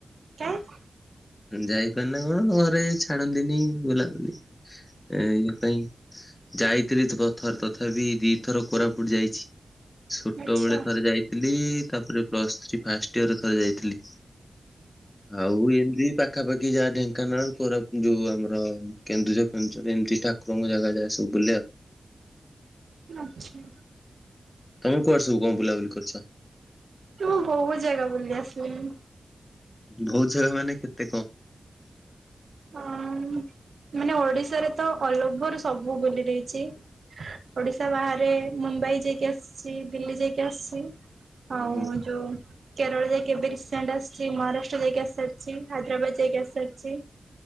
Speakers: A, on the right; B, on the left.
A: କାଇଁ।
B: ଯାଇପାରେ ନା କଣ ଘରେ ଛାଡନ୍ତିନି ବୁଲାବୁଲି ଏ ଇଏ ପାଇଁ। ଯାଇଥିଲି ପ ଥର ତଥାପି ଦିଥର କୋରାପୁଟ ଯାଇଛି ଛୋଟ
A: ଆଚ୍ଛା
B: ବେଳେ ଥରେ ଯାଇ ଥିଲି ତାପରେ ପ୍ଲସ୍ ଥ୍ରୀ ଫାଷ୍ଟ ଇଅରରେ ଥରେ ଯାଇଥିଲି। ଆଉ ଏମିତି ପାଖ ପାଖାପାଖି ଯାହା ଢେଙ୍କାନାଳ କୋରାପ ଯୋଉ ଆମର କେନ୍ଦୁଝର ଫେନ୍ଦୁଝର ଏମିତି ଠାକୁରଙ୍କ ଜାଗା ଯାହା ସବୁ। ବୁଲିବା
A: ଆଚ୍ଛା।
B: ତମେ କୁଆଡେ ସବୁ କଣ ବୁଲାବୁଲି କରିଚ।
A: ମୁଁ ବହୁତ ଜାଗା ବୁଲି ଆସିଲିଣି।
B: ବହୁତ ଜାଗା ମାନେ କେତେ କଣ। <inaudible>
A: ଅଁ ମାନେ ଓଡିଶାରେ ତ ଅଲଓଭର ସବୁ ବୁଲି ଦେଇଚି। ଓଡିଶା ବାହାରେ ମୁମ୍ବାଇ ଯାଇକି ଆସିଚି ଦିଲ୍ଲୀ ଯାଇକି ଆସିଚି। ଆଉ
B: ହୁଁ
A: ଯୋଉ କେରଳ ଯାଇକି ଏବେ ରିସେଣ୍ଟ ଆସିଚି ମହାରାଷ୍ଟ୍ର ଯାଇକି ଆସାରିଚି ହାଇଦ୍ରାବାଦ ଯାଇକି ଆସାରିଚି।